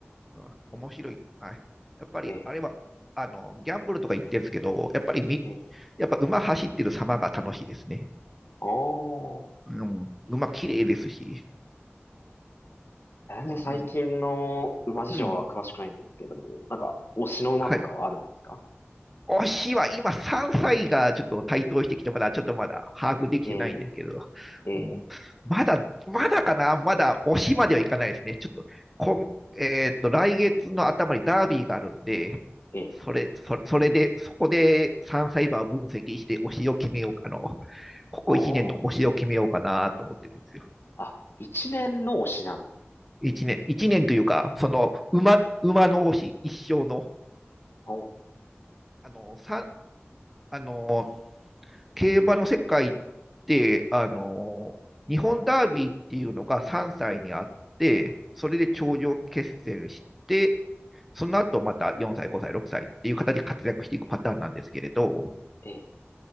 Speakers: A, in the centre; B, on the left (about 60°).
A: うん、面白い。はい。やっぱり、
B: ええ。
A: あれは、あの、ギャンブルとか言ってるんですけど、やっぱりみ、
B: ええ。
A: やっぱ馬走ってる様が楽しいですね。
B: ああ。
A: うん、馬綺麗ですし。
B: 全然最近の馬事情は詳しくないんですけれども、
A: うん。うん。
B: なんか、推しの馬とかはあるんですか
A: はい。推しは今3歳がちょっと台頭してきて、まだちょっとまだ把握できてないんですけど、
B: ええ、ええ、
A: もうまだ、まだかなまだ推しまではいかないですね。ちょっと、こん、えーっと、来月の頭にダービーがあるんで、
B: ええ、
A: それ、そ、それで、そこで3歳馬を分析して推しを決めようか、あの、ここ1年の推しを決めようかなと思ってるんですよ。
B: おー。あ、一年の推しなんです。
A: 1年、一年というか、その、馬、馬の推し、一生の。
B: おー、
A: あの、さ、あの、競馬の世界って、あの、日本ダービーっていうのが3歳にあって、それで頂上決戦して、
B: ええ、
A: その後また4歳、5歳、6歳っていう形で活躍していくパターンなんですけれど、
B: ええ、